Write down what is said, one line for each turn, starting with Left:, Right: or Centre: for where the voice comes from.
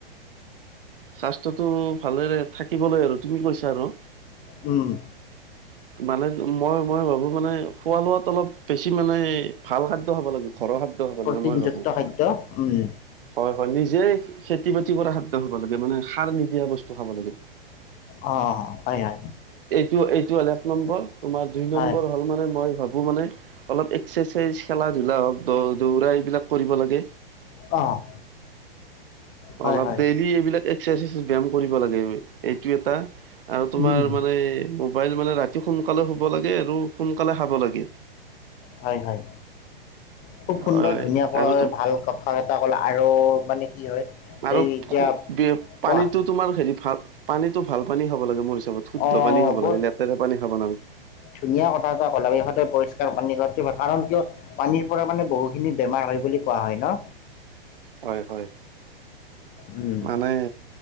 Right: স্বাস্থ্যটো ভালেৰে থাকিবলৈ আৰু তুমি কৈছা আৰু
Left: উম,
Right: মানে মই-মই ভাবো মানে খোৱা লোৱাত অলপ বেছি মানে ভাল খাদ্য খাব লাগে ঘৰৰ খাদ্য হ'ব
Left: প্ৰটিনযুক্ত
Right: লাগে মই ভাবো
Left: খাদ্য উম।
Right: হয়, হয়, নি যে খেতি বাতি কৰা খাদ্য খাব লাগে মানে সাৰ নিদিয়া বস্তু খাব লাগে
Left: অ, হয়, হয়,
Right: টো এইটো হ'ল এক নম্বৰ তোমাৰ দুই নম্বৰ
Left: হয়,
Right: হ'ল মানে মই ভাব মানে অলপ এক্সাৰচাইজ খেলা ধূলা হওক দ দৌৰা এইবিলাক কৰিব লাগে
Left: অ', হয়,
Right: অলপ
Left: হয়,
Right: ডেইলি এইবিলাক এক্সাৰচাইজ ব্যায়াম কৰিব লাগে এইটো এটা আৰু তোমাৰ
Left: উম, উম,
Right: মানে মোবাইল মানে ৰাতি সোনকালে শুব লাগে আৰু সোনকালে খাব লাগে।
Left: হয়, হয়, খুব সুন্দৰ
Right: হয়
Left: ধুনীয়াকৈ
Right: আৰু তো
Left: ভাল কথা এটা কলা আৰু মানে কি হয়
Right: আৰু
Left: এই এতিয়া কোৱা
Right: পানীটো তোমাৰ হেৰি ভাল পানীটো ভাল পানী খাব লাগে মোৰ শুদ্ধ
Left: অ',
Right: পানী খাব
Left: বহুত
Right: লাগে লেতেৰা পানী খাব নালাগে
Left: ধুনীয়া কথা এটা কলা <unintelligible> পৰিষ্কাৰ পানী খোৱাটো ভাল কাৰণ কিয় পানীৰ পৰা মানে বহুখিনি বেমাৰ হয় বুলি কোৱা হয় ন।
Right: হয়, হয়,
Left: উম,
Right: মানে